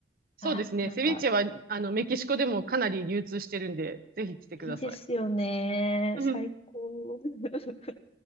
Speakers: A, on the right (about 50°); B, on the left (about 30°).
A: そうですね。
B: あ、なんか、
A: セビーチェは、あの、メキシコでもかなり流通してるんで、ぜひ来てください。
B: いいですよね。
A: うん
B: 最高。<laughs>